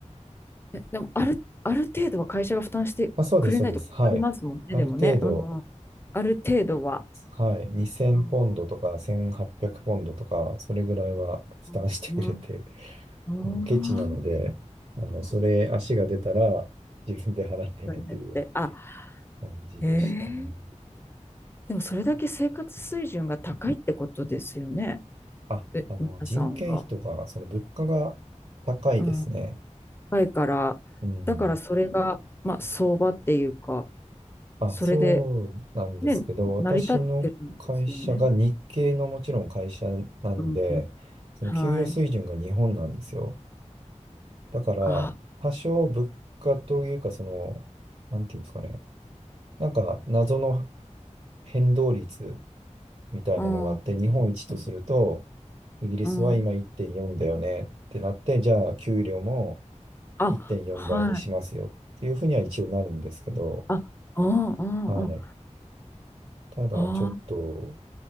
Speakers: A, on the left (about 20°); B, on the right (about 50°).
A: えでもある、ある程度は会社が負担してくれないと困りますもんね、
B: あ、そうです、そうです。はい。ある程度、
A: でもね。うんうん。ある程度は。
B: はい、2000ポンドとか1800ポンドとか、
A: うん
B: それぐらいは負担してくれて、
A: うんうんうん。うんうん
B: あのケチなので、あの、それ足が出たら自分で払ってねという
A: になって。あ、
B: 感じでしたね。
A: えーでもそれだけ生活水準が高いってことですよね。
B: あ、
A: え、
B: あの、
A: 皆さんが。
B: 人件費とか、その物価が高いですね。
A: うん、高いから、
B: うん。
A: だからそれが、まあ、相場っていうか、
B: あ、
A: それで、
B: そうなんですけど、
A: ね、成り立ってるんですよね。
B: 私の会社が日系のもちろん会社なので、
A: うん、うん
B: その給与水準が日本なんですよ。
A: はい。
B: だから、
A: あ、
B: 多少物価というか、その、なんていうんですかね。なんか、謎の変動率みたいなのがあって、
A: うん、
B: 日本一とすると、イギリスは今1.4だよねってなって、
A: うん。
B: じゃあ、給料も
A: あ、
B: 1.4倍にしますよっていうふうには一応なるんですけど、
A: はい。あ、うん、うん、
B: はい。
A: うん。
B: ただ、
A: あ
B: ちょっと、